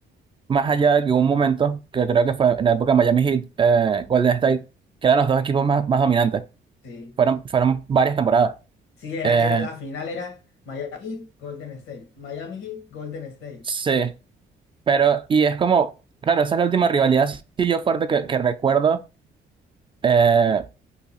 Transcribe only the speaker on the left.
Sí.
Sí, era,
era la final, era Miami Heat, Golden State. Miami Heat, Golden State.